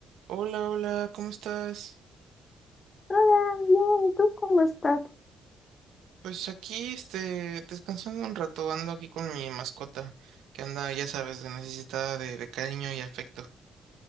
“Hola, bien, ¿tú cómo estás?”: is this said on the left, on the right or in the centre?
Left